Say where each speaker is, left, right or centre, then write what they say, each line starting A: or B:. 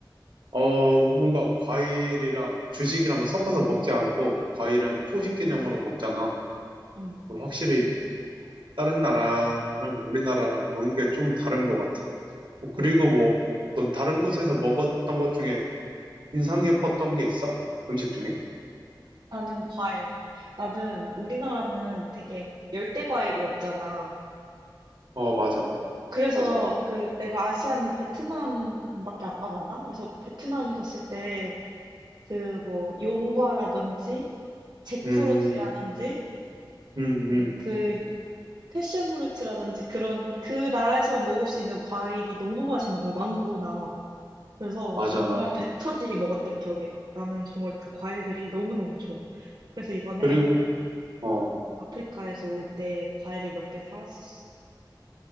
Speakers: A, on the right; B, on the right.
A: 어, 뭔가 과일이랑 주식이랑 섞어서 먹지 않고, 과일은 후식 개념으로 먹잖아.
B: 응,
A: 확실히 다른 나라랑 우리나라랑 먹는 게 좀 다른 것 같아. 어, 그리고
B: 응.
A: 뭐, 넌 다른 곳에서 먹었던 것 중에 인상 깊었던 게 있어? 음식 중에?
B: 나는 과일. 나는 우리나라는 되게 열대 과일이 없잖아.
A: 어, 맞아,
B: 그래서
A: 맞아.
B: 그 내가 아시아는 베트남밖에 안 가봤나? 그래서 베트남 갔을 때 그 뭐 용과라든지 잭프루트라든지
A: 음, 음,
B: 그,
A: 음.
B: 그 패션 후르츠라든지 그런 그 나라에서 먹을 수 있는 과일이 너무 맛있는 거야. 망고나. 그래서
A: 맞아,
B: 정말
A: 맞아.
B: 배 터지게 먹었던 기억이 나. 나는 정말 그 과일들이 너무너무 좋아. 그래서 이번에
A: 그리고, 어,
B: 아프리카에서 올 때 과일을 몇 개 사왔었어.